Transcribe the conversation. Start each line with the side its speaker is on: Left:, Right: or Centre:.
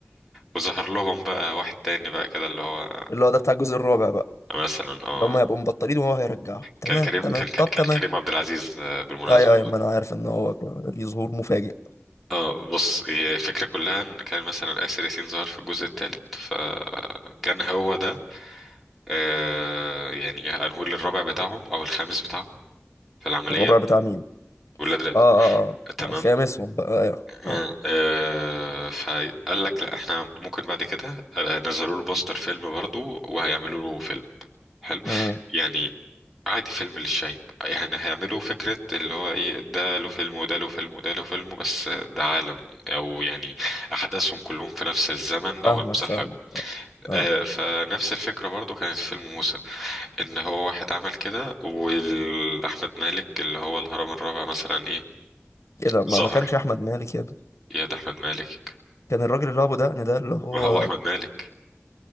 Centre: وظهر لهم بقى واحد تاني بقى كده اللي هو
Left: اللي هو ده بتاع الجزء الرابع بقى
Centre: مثلا اه
Left: اللي هما هيبقوا مبطلين وهو هيرجعه تمام
Centre: كان كريم
Left: تمام
Centre: كان كان
Left: طب تمام
Centre: كريم عبد العزيز آه، بالمناسبة
Left: ايوه ايوه ما انا عارف ان هو كان ليه ظهور مفاجئ
Centre: اه بص هي الفكرة كلها ان كان مثلا آسر ياسين ظهر في الجزء الثالث فكان هو ده آه يعني هنقول الرابع بتاعهم او الخامس بتاعهم في العمليات
Left: الرابع بتاع مين
Centre: والولاد ر-
Left: اه اه
Centre: تمام
Left: اه الخامسهم بقى ايوه
Centre: آه
Left: ايوه
Centre: آه، فقال لك لا احنا ممكن بعد كده آه، نزلوا له بوستر فيلم برضو وهيعملوا له فيلم حلو
Left: مم.
Centre: يعني عادي فيلم للشايب يعني هيعملوا فكرة اللي هو ايه ده له فيلم وده له فيلم وده له فيلم بس ده عالم او يعني احداثهم كلهم في نفس الزمن
Left: فاهمك
Centre: او نفس
Left: فاهمك
Centre: الحقبة
Left: اه
Centre: آه فنفس الفكرة برضو كانت في فيلم موسى ان هو واحد عمل كده واحمد مالك اللي هو الهرم الرابع مثلا ايه
Left: ايه ده ما
Centre: ظهر
Left: ما كانش احمد مالك يا ابني
Centre: يا ده احمد مالك
Left: كان الراجل اللي هو ابو دقن ده اللي هو
Centre: ما هو احمد مالك